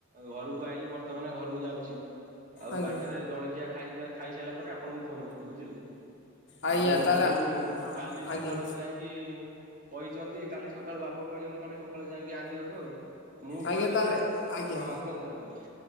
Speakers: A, on the right (about 40°); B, on the left (about 60°).
A: ଉ ଘରକୁ ଆଇିଲି ବର୍ତ୍ତମାନ ଘରକୁ ଯାଉଛି ଆଉ
B: ଆଜ୍ଞା
A: ବାଟରେ ଜଳଖିଆ। ଖାଇବା ଖାଇସାରିଲା ପରେ ଆପଣଙ୍କୁ ଫୋନ ଆଇଲି ବୁଝିଲେ।
B: ଆଜ୍ଞା
A: ଆଉ ବନ୍ଧୁ
B: ତାହେଲେ ହଁ
A: କାଲି ସକାଳୁ
B: ଆଜ୍ଞା
A: ଯାଇକି କହିଛନ୍ତି କାଲି ସକାଳୁ ବାବୁ କହିଛନ୍ତି କାଲି ସକାଳୁ ଯାଇକି ଆଣିବାକୁ ଆଉ। ମୁଁ
B: ଆଜ୍ଞା
A: କହିଦଉଛି
B: ତାହେଲେ ଆଜ୍ଞା
A: ହଁ କୁହନ୍ତୁ ଆଜ୍ଞା।